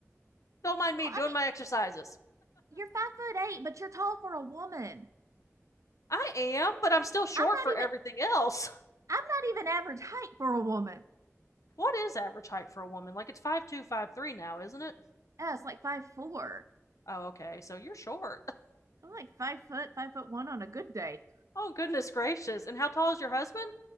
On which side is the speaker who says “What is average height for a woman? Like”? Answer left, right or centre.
Left